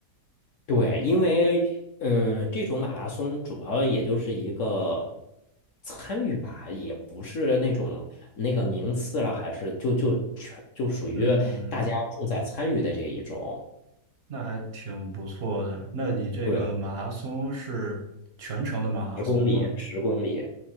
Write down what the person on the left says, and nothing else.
对，因为嗯，这种马拉松主要也就是一个参与吧，也不是那种那个名次了，还是就就全就属于大家重在参与的这一种。
对，十公里，十公里，